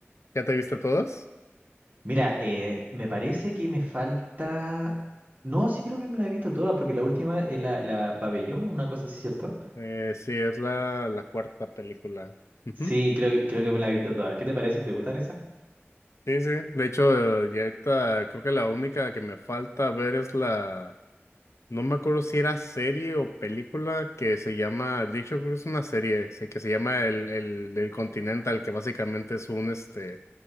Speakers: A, on the left; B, on the right.
A: ¿Ya te viste todas?
B: Mira, eh, me parece que me falta. No, sí creo que me la he visto toda, porque la última es la, la pabellón, una cosa así, ¿cierto?
A: Eh, sí, es la, la cuarta película. Ujú.
B: Sí, creo que, creo que me la he visto toda. ¿Qué te parece? ¿Te gustan esas?
A: Sí, sí. De hecho, eh, ya ahorita creo que la única que me falta ver es la No me acuerdo si era serie o película que se llama, de hecho creo que es una serie, sé que se llama el, el, el Continental, que básicamente es un este